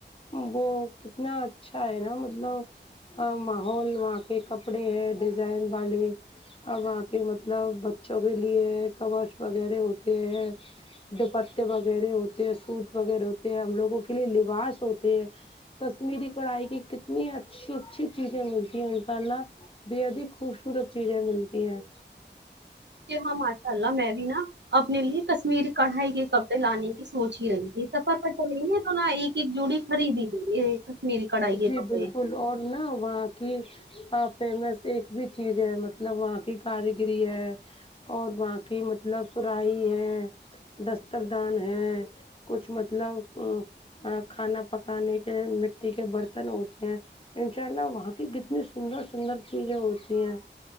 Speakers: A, on the left; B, on the right.
A: و وہ کتنا اچھا ہے نا مطلب ماحول وہاں کے کپڑے ہیں ڈیزائن والے اب وہاں کے مطلب بچوں کے لیے کورس وغیرہ ہوتے ہیں دوپتے وغیرہ ہوتے ہیں سوٹ وغیرہ ہوتے ہیں ہم لوگوں کے لیے لباس ہوتے ہیں کشمیری کڑھائی کی کتنی اچھی اچھی چیزیں ملتی ہیں ان شاء اللہ خوبصورت چیزیں ملتی ہیں
B: ج ہاں ماشاء اللہ میں بھی نا اپنے لیے کشمیری کڑھائی کے کپڑے لانے کی سوچ ہی رہی تھی سفر پر چلیں گے تو نا ایک ایک جوڑی خرید ینگےکشمیری کڑھائی
A: جی
B: کے کپڑے
A: بالکل اور نہ وہاں کہ ہ فیمس ایک بھی چیز ہے مطلب وہاں کی کاریگری ہے اور وہاں کی مطلب سراحی ہے دستردان ہے کچھ مطلب کھانا پکانے کے مٹی کے برتن ہوتے ہیں انشاء اللہ وہاں کی کتنی سندر سندر چیزیں ہوتی ہیں